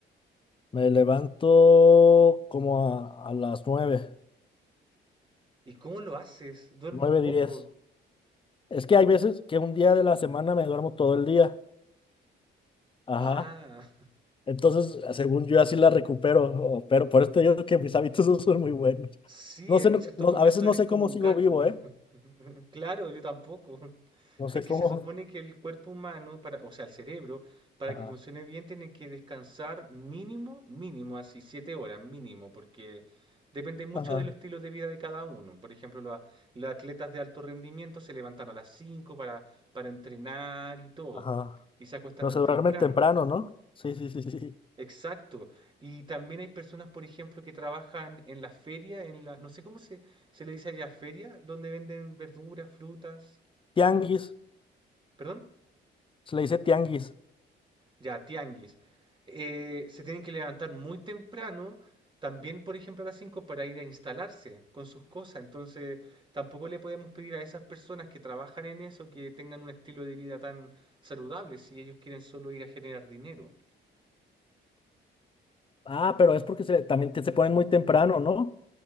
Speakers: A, on the left; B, on the right.
A: Me levanto como a, a las nueve
B: ¿Y cómo lo haces? ¿Duermes
A: nueve
B: poco?
A: 10. Es que hay veces que un día de la semana me duermo todo el día. Ajá.
B: Ah.
A: Entonces, según yo, así la recupero. o- Pero por esto te digo que mis hábitos no son muy buenos.
B: Sí,
A: No sé,
B: en
A: no-
B: cierto
A: no-
B: momento
A: a veces no
B: eres
A: sé
B: como
A: cómo
B: un
A: sigo
B: gato.
A: vivo, ¿eh?
B: <laughs> Claro, yo tampoco.
A: No sé
B: Es que
A: cómo.
B: se supone que el cuerpo humano, para, o sea, el cerebro, para
A: Ajá.
B: que funcione bien, tiene que descansar mínimo, mínimo, así, siete horas mínimo, porque depende mucho
A: Ajá.
B: de los estilos de vida de cada uno. Por ejemplo, los, a- los atletas de alto rendimiento se levantan a las 5 para, para entrenar y todo,
A: Ajá.
B: y se acuestan
A: Pero
B: muy
A: se
B: temprano.
A: duermen temprano, ¿no? Sí, sí, sí, sí. sí.
B: Exacto. Y también hay personas, por ejemplo, que trabajan en la feria, en la, no sé cómo se, se le dice allá, feria, donde venden verduras, frutas,
A: Tianguis.
B: perdón,
A: Se le dice tianguis.
B: ya, tianguis. Eh, se tienen que levantar muy temprano, también, por ejemplo, a las 5 para ir a instalarse con sus cosas. Entonces, tampoco le podemos pedir a esas personas que trabajan en eso que tengan un estilo de vida tan saludable si ellos quieren solo ir a generar dinero.
A: Ah, pero es porque se- también te- se ponen muy temprano, ¿no?